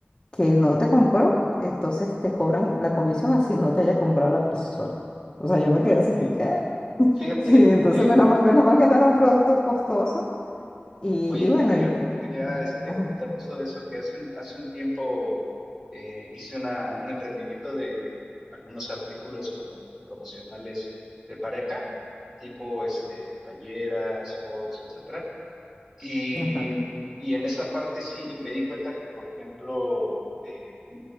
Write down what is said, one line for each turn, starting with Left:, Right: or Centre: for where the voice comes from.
Left: que no te compró, entonces te cobran la comisión así no te haya comprado la persona. O sea, yo me quedé
Right: Ok.
Left: así con qué. <laughs>
Right: Fíjate,
Left: Sí, entonces
Right: eh,
Left: menos mal, menos mal que no era un producto costoso. Y,
Right: Oye,
Left: y bueno,
Right: te quería,
Left: y-
Right: te quería este,
Left: Ajá,
Right: comentar justo de eso, que hace un, hace un tiempo eh, hice una, un emprendimiento de algunos artículos como promocionales de pareja, tipo este, playeras, gorros, etcétera. Y,
Left: ajá.
Right: y en esa parte sí me di cuenta que, por ejemplo, eh,